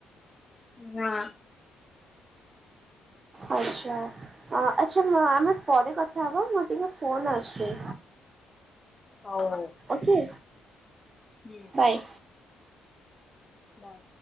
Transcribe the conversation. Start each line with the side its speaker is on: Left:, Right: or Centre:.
Left: ନା
Right: ଆଛା, ଆଛା ଆମେ ପରେ କଥା ହବା ମୋ ଟିକେ ଫୋନ ଆସଛି।
Left: ହଉ ଭ <unintelligible>
Right: ଓକେ
Left: ହୁଁ
Right: ବାଏ।
Left: ବାଏ।